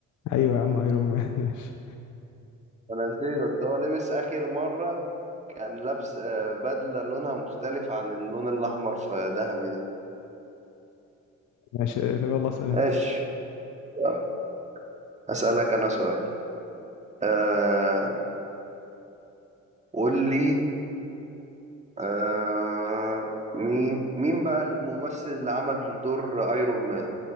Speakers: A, on the left (about 75°); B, on the right (about 25°).
A: ايوه يا عم ايرون مان <laughs> ماشي
B: انا نسيت اصل هو لبس اخر مره كان لابس آه، بدله لونها مختلف عن اللون الاحمر في ذهبي ده
A: ماشي طب يلا اسال انت
B: ماشي يلا. اسالك انا سؤال آه قول لي آه مين مين بقى الممثل اللي عمل دور ايرون مان